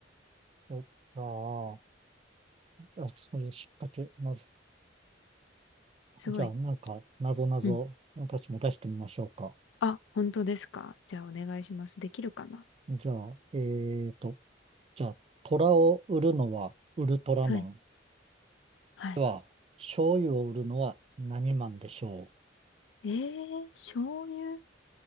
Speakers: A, on the right; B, on the left.
A: えああ。あそういう引っ掛け、なぞ。
B: すごい。
A: じゃあ、なんか、なぞなぞ、
B: うん。
A: 私も出してみましょうか。
B: あ、本当ですか。じゃあお願いします。できるかな。
A: じゃあ、えーと、じゃあ、虎を売るのはウルトラマン。
B: はい。はい。
A: では、醤油を売るのは何マンでしょ
B: えー、醤油、